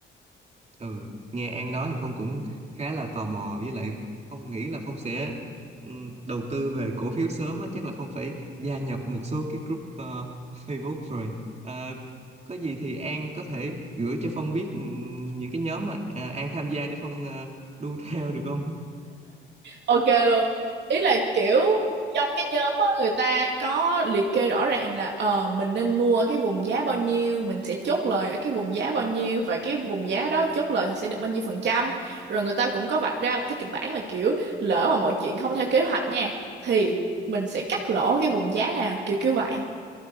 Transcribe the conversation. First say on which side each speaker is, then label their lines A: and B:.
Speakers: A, on the right; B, on the right.
A: ừ nghe An nói thì Phong cũng khá là tò mò với lại Phong nghĩ là Phong sẽ ừm, đầu tư về cổ phiếu sớm á chắc là Phong phải gia nhập một số cái group ờ, Facebook rồi Ờ, có gì thì An có thể gửi cho Phong biết ừm, những cái nhóm mà à, An tham gia để Phong ờ, đu <laughs> theo được không
B: Ok luôn. Ý là kiểu trong cái nhóm á người ta có liệt kê rõ ràng là ờ mình nên mua ở cái vùng giá bao nhiêu, mình sẽ chốt lời ở cái vùng giá bao nhiêu và cái vùng giá đó chốt lời thì sẽ được bao nhiêu phần trăm. Rồi người ta cũng có vạch ra cái kịch bản là kiểu lỡ mà mọi chuyện không theo kế hoạch nha thì mình sẽ cắt lỗ cái vùng giá nào, kiểu kiểu vậy.